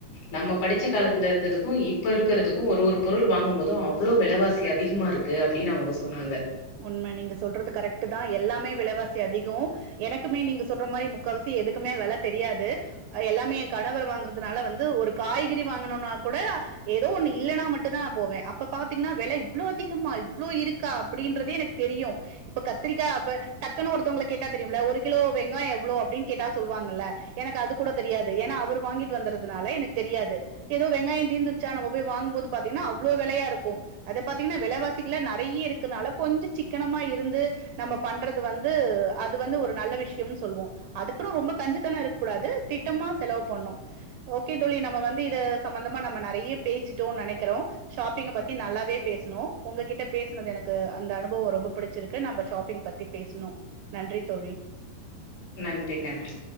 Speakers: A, on the left; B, on the right.
A: நம்ம படிச்ச காலத்துல இருந்ததுக்கும் இப்ப இருக்கறதுக்கும் ஒரு ஒரு பொருள் வாங்கும் போதும் அவ்ளோ வெலவாசி அதிகமா இருக்கு இருக்கு அப்டின்னு அவங்க சொன்னாங்க
B: உண்ம நீங்க சொல்றது கரெக்ட் தா எல்லாமே விலவாச அதிகம் எனக்குமே நீங்க சொல்ற மாரி முக்காவாசி எதுக்குமே வெல தெரியாது அது எல்லாமே என் கணவர் வாங்கறதுனால வந்து ஒரு காய்கறி வாங்கனுனா கூட ஏதோ ஒண்ணு இல்லன்னா மட்டும்தான நா போவே அப்ப பாத்தீங்கன்னா வெல இவ்ளோ அதிகமா இவ்ளோ இருக்கா அப்டின்றதே எனக்கு தெரியும் இப்ப கத்திரிக்கா அப்ப டக்குன்னு ஒருத்தவங்களுக்கு கேட்டா தெரியும்ல ஒரு கிலோ வெங்காயம் எவ்ளோ அப்டின்னு கேட்டா சொல்வாங்கல்ல எனக்கு அது கூட தெரியாது ஏனா அவர் வாங்கிட்டு வந்தறதுனால எனக்கு தெரியாது ஏதோ வெங்காயம் தீந்துருச்சா நம்ம போய் வாங்கும் போது பாத்தீங்கன்னா அவ்ளோ வெலயா இருக்கு அத பாத்தீங்ன்னா விலவாசிக்கில நெறைய இருக்கனால கொஞ்ச சிக்கனமா இருந்து நம்ம பண்றது வந்து அது வந்து ஒரு நல்ல விஷயம் சொல்வோ அதுக்குட ரொம்ப கஞ்சத்தன இருக்க கூடாது திடமா செலவு பண்ணு ஓகே தோழி நம்ம வந்து இத சம்பந்தமா நம்ம நெறையே பேசிட்டோ நினைக்கிறோ ஷாப்பிங்க பத்தி நல்லாவே பேசுனோ உங்ககிட்ட பேசுனது எனக் அந்த அனுபவ ரொம்ப பிடிச்சிருக்கு நம்ம ஷாப்பிங் பத்தி பேசுனோ நன்றி தோழி
A: நன்றி நன்றி